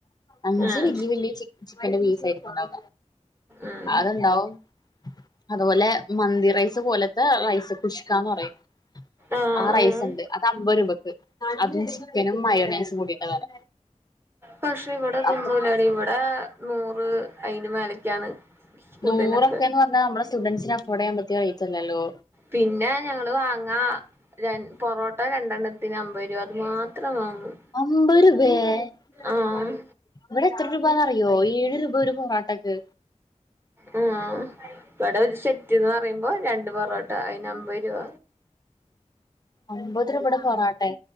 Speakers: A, on the left; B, on the right.
A: അഞ്ച്
B: ആഹ്
A: വലയ വല്യ ചിക്കന്റെ പീസ് ആയിരിക്കുംണ്ടാവ
B: ഉം
A: അത്ണ്ടാവും അതുപോലെ മന്തി റൈസ് പോലത്തെ റൈസ് പുഷ്കന്ന് പറയും
B: ആഹ്
A: ആ റൈസ്
B: ആഹ്
A: ഉണ്ട് അത് അമ്പത് രൂപക്ക് അതും ചിക്കനും മയോനൻസും കൂടിട്ട് തരാ
B: പക്ഷെ ഇവിടെ തോന്നലടി
A: അപ്പൊ
B: ഇവിടെ നൂറ് അയിന് മേലക്കാണ് ഫുഡിനൊക്കെ
A: നൂറൊക്കന്ന് പറഞ്ഞാ നമ്മ സ്റ്റുഡൻസിന് അഫോർഡ് ചെയ്യൻ പറ്റി റ്റല്ല ല്ലോ
B: പിന്നെ ഞങ്ങള് വാങ്ങാ ര പൊറോട്ട രണ്ടെ ത്തിന് അമ്പരൂവ അത് മാത്രം വാങ്ങും
A: അമ്പ രൂപേ ഇവിടെ
B: ആഹ്
A: എത്ര രൂപന്നറിയോ ഏഴ് രൂപ ഒരു പൊറ ട്ടക്ക്.
B: എം ഇവിടെ ഒരു സെറ്റ്ന്ന് പറേ മ്പോ രണ്ട് പൊറോട്ട അയിന് അമ്പരുപ.
A: അമ്പത് രൂപയുടെ പൊറാട്ടെ